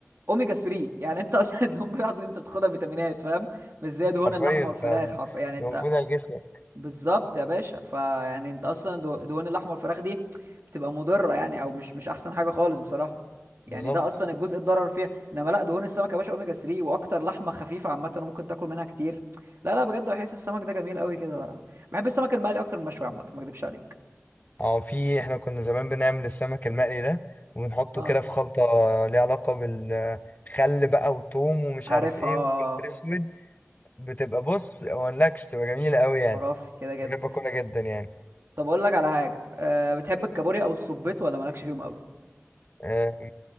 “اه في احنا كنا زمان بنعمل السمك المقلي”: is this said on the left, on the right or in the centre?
Left